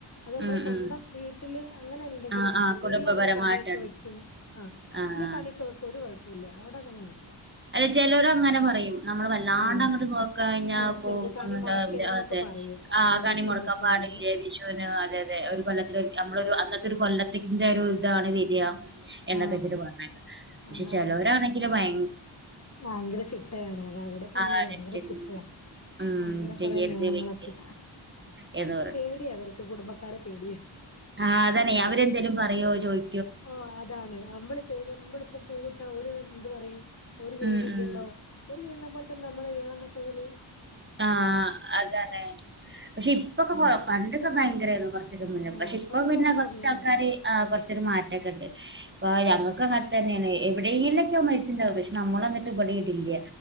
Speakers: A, on the left; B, on the right.
A: അത് നമ്മള്
B: ഉം
A: സ്വന്തം
B: ഉം.
A: വീട്ടില് അങ്ങനെ ഇണ്ടെങ്കിൽ
B: ആഹ്
A: മാത്രം
B: ആഹ്
A: ഇല്ലെങ്കിൽ
B: കുടുംബപരമായിട്ടാണ്.
A: ഞങ്ങള് കണിയൊക്കെ വെക്കും ആഹ്
B: ആഹ്
A: കണി ഒക്കെ വെക്കും ഒരു കൊഴപ്പമില്ല അവിടെ അങ്ങനൊന്നും ഇല്ല
B: അല്ല ചെലര് അങ്ങനെ പറയും നമ്മള് വല്ലാണ്ട്
A: ഉം
B: അങ്ങോട്ട് നോ കഴിഞ്ഞ
A: നോക്കരുത്
B: പോവും
A: കണി
B: <unintelligible>
A: മുടക്കരുത് എന്നൊക്കെ
B: അതെ
A: പറയും
B: ആഹ്
A: ഉം
B: കണി
A: വിഷുവിനൊക്കെ
B: മുടക്കാൻ പാടില്ലേ
A: ആണെങ്കില്
B: വിഷുവിന് അതെയതെ കൊല്ലത്തിലേ ഒരിക്ക നമ്മള് ഒരു അന്നത്തെ ഒരു കൊല്ലത്തിന്റെ ഒരു ഇതാണ് വരാ. എന്നൊക്കെ
A: ആ
B: വച്ചിട്ട് പറഞ്ഞ പക്ഷെ
A: അതാണ്
B: ചെലോരാണെങ്കില് ഭയ
A: ഭയങ്കര ചിട്ടയാണ് അത അവടെക്കെ അങ്ങനെയാ
B: ആഹ്
A: ഭയങ്കര
B: തെറ്റ്.
A: ചിട്ടയാ.
B: ഉം
A: ഭയങ്കര കൊറെ
B: ചെയ്യരുത്
A: നിയമങ്ങളൊക്കെയ.
B: വെയ്യ് എന്ന് പറിം
A: പേടിയ അവർക്ക് കുടുംബക്കാരെ പേടിയാ
B: ആഹ് അതാണ് അവരെന്തേലും പറയോ ചോയി
A: ഓഹ് അതാണ് നമ്മള് ചെയ്ത നമ്മളിപ്പം പൂവിട്ട ഓര് എന്ത് പറയും. ഓര് ചെയ്യുന്നില്ലല്ലോ
B: ഉം ഉം
A: ഓര് ചെയ്യുന്ന പോലെ തന്നെ നമ്മള് ചെയ്യണം എന്നൊക്കെയുള്ളരു
B: ആഹ് അതാണ് പക്ഷെ ഇപ്പൊക്കെ
A: ഉം.
B: കൊറ പണ്ടൊക്കെ ഭയങ്ക രായിരുന്നു കൊറ ന്നുല്ല
A: ആ
B: പക്ഷെ
A: ഇപ്പൊക്കെ
B: ഇപ്പൊ പിന്നെ
A: കുറെ കുറഞ്ഞുണ്ട്
B: കൊറച്ച് ആൾക്കാര് ആഹ് കൊറ് ച്ച് ര് മാറ്റം ഒക്കെ ഉണ്ട് ഇപ്പൊ
A: ഉം.
B: ഞങ്ങൾക്ക് അങ്ങ തന്നെയാണ് എവിടെയെങ്കിലൊക്കെ മരിച്ചിണ്ടാവും പക്ഷെ നമ്മള എന്നട്ട് ഇമ്പ ടീം ഇടില്ല